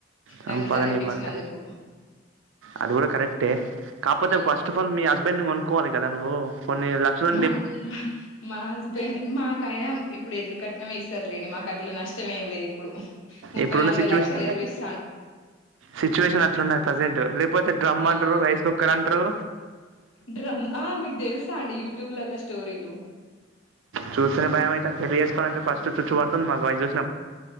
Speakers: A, on the right; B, on the left.
A: సంపాదనివ్వాలి
B: నన్ను చదివిపించినందుకు
A: క అది గూడ కరెక్టే, కాక్పోతే
B: ఉమ్
A: ఫస్ట్ ఆఫ్ ఆల్ మీ హస్బెండ్ని గొనుక్కోవాలి గదా నువ్వు కొన్ని లక్షల
B: మా మా మా హస్బెండ్ ని మాకైనా ఇప్పుడు ఎదురు కట్నమే ఇస్తరులేండి, మాకట్ల నష్టం ఏం లేదిప్పుడు. ముప్పై
A: ఇప్పుడున్న
B: నలభై
A: సిచ్యువేషన్
B: లక్షలు ఎదురు ఇస్
A: సిచ్యువేషన్ అట్లున్నది ప్రజెంట్, లేపోత్ తె డ్రమ్ అంటరు,
B: అవును
A: రైస్ కుక్కర్ అంటరు.
B: డ్రమ్ ఆ మీకు తెలుసా అండి యూట్యూబ్లలో స్టోరీలు
A: చూస్తనే బయమైతాంది పెళ్లి జేస్కోవాలంటనే పస్టు చుచ్చు పడ్తుంది మాకు అయి జూస్